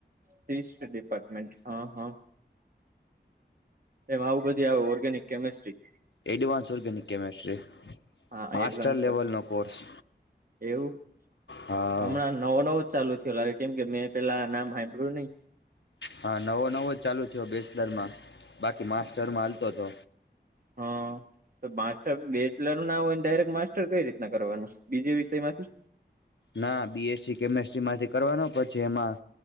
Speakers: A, on the right; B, on the left.
A: સિસ્ટ ડિપાર્ટમેન્ટ. અ હ. એમાં આવું બધી આવે organic chemistry.
B: Advance organic chemistry.
A: હા
B: માસ્ટર
A: એડવાન્સ
B: લેવલ
A: ઓર્ગેનિક.
B: નો કોર્સ.
A: એવું?
B: હા
A: હમણાં નવો નવો ચાલુ થયો લાગે કેમ કે મેં પેલા નામ હંબાળ્યું નઈ.
B: હા નવો નવો જ ચાલુ થયો બેચલરમાં બાકી માસ્ટરમાં હાલતોતો.
A: હઅ. તો માસ્ટર બેચલર ના હોય ને ડાયરેક્ટ માસ્ટર કઈ રીતના કરવાનું બીજે વિષયમાંથી?
B: ના બીએસસી કેમેસ્ટ્રીમાંથી કરવાનો પછી એમાં